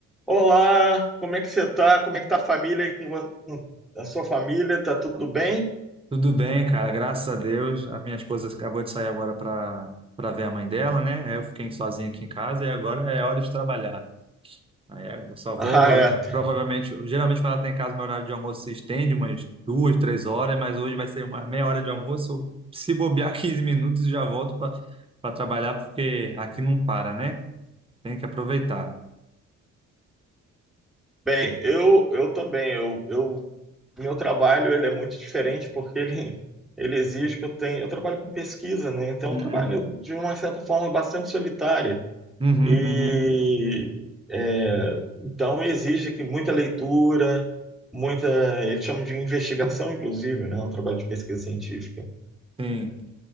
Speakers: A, in the centre; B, on the right (about 20°).
A: Olá, como é que você tá? Como é que tá a família aí com vo- com a sua família? Tá tudo bem?
B: Tudo bem, cara, graças a Deus. A minha esposa acabou de sair agora para para ver a mãe dela, né? Aí Eu fiquei sozinho aqui em casa e agora é hora de trabalhar. Aí eu só vou,
A: <laughs> Ah, é.
B: provavelmente, geralmente quando ela está em casa, meu horário de almoço se estende umas duas, três horas, mas hoje vai ser umas meia hora de almoço. Se bobear <laughs> 15 minutos, já volto para para trabalhar, porque aqui não para, né? Tem que aproveitar.
A: Bem, eu eu também, eu, eu meu trabalho ele é muito diferente porque ele ele exige que eu tenha, eu trabalho com pesquisa, né? Então,
B: Uhum,
A: é um trabalho de uma certa forma bastante solitário
B: uhum,
A: e
B: uhum.
A: é, então exige que muita leitura, muita, eles chamam de investigação inclusive, né? É Um trabalho de pesquisa científica.
B: Sim.